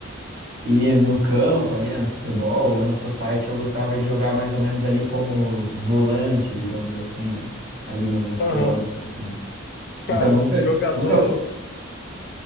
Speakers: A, on the right; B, on the left.
A: E no campo, ali, né, no futebol ou no society, eu gostava de jogar mais ou menos ali como volante, digamos assim, né? Ali no, no futebol
B: Aham.
A: de campo, né?
B: Cara,
A: Então, nunca,
B: jogador,
A: nunca.